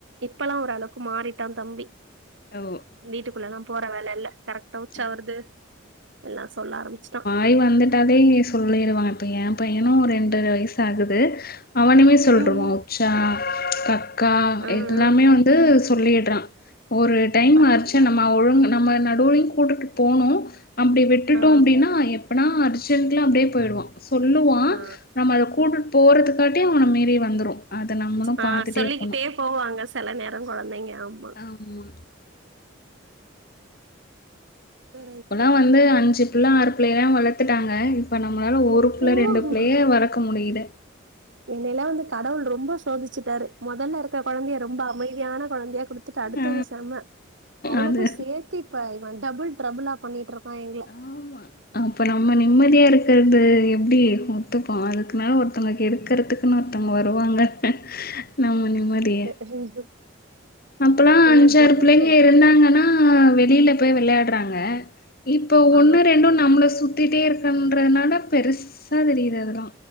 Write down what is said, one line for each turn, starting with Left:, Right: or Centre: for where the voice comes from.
Right: இப்பல்லா ஓரளவுக்கு மாறிட்டா தம்பி
Left: ஓ!
Right: வீட்டுக்குள்ளல்லா போற வேல இல்ல கரெக்ட்டா உச்சா
Left: ஆ.
Right: வருது எல்லா சொல்ல ஆரம்பிச்சுட்டா
Left: ஐ வந்துட்டாலே சொல்லிருவாங்க இப்ப ஏ பையனு ஒரு ரெண்டர வயசு ஆகுது அவனுமே சொல்ருவா
Right: ம் ம்
Left: உச்சா கக்கா
Right: ஆ
Left: எல்லாமே
Right: ஆ
Left: வந்து சொல்லிட்றா ஒரு டைம்
Right: பரவால்ல
Left: அர்ச்ச நம்ம ஒழுங் நம்ம நடுவுலையு கூட்டுட்டு போனு அப்டி விட்டுட்டோம்
Right: ஆ
Left: அப்டினா எப்பனா அர்ஜென்ட்ல அப்டியே போயிடுவா சொல்லுவா
Right: ஆ
Left: நம்ம அத கூட்டுட்டு போறதுக்காட்டி அவன மீறி வந்துரு அத நம்மளு
Right: ஆ
Left: பாத்துட்டே
Right: சொல்லிக்கிட்டே
Left: இருக்கணு
Right: போவாங்க செல நேர கொழந்தைங்க ஆமா
Left: ஆமா
Right: ரைட்டு
Left: அப்பல்லா வந்து அஞ்சு பிள்ள ஆறு பிள்ளைய எல்லா வளத்துட்டாங்க இப்போ நம்மளால ஒரு
Right: ம்
Left: பிள்ள
Right: போதுமா
Left: ரெண்டு பிள்ளயே வளக்க முடியல
Right: என்னயிலா வந்து கடவுள் ரொம்ப சோதிச்சுட்டாரு முதல்ல இருக்கற கொழந்தய ரொம்ப அமைதியான கொழந்தயா குடுத் துட்டு அடுத்தது
Left: ஆ
Right: செம்ம அவனுக்கு
Left: அது
Right: சேத்து இப்ப அவ டபுள் ட்ரபுளா பண்ணிட்டுருக்கா எங்கள
Left: ஆமா அப்ப நம்ம நிம்மதியா இருக்கறது எப்டி ஒத்துப்போ அதுக்குனாலு ஒருத்தங்க கெடுக்கறதுக் இன்னொர்தங்க வருவாங்க நம்ம நிம்மதிய
Right: <unintelligible>
Left: அப்பல்லா
Right: இவன்
Left: அஞ்சாறு
Right: போட்டுட்டு
Left: பிள்ளைங்க இருந்தாங்கனா வெளியில போய் விளையாட்றாங்க இப்ப
Right: ஆ
Left: ஒன்னு ரெண்டு நம்மள சுத்திட்டே இருக்கறதுன்தால பெருசா தெரிது அதெல்லா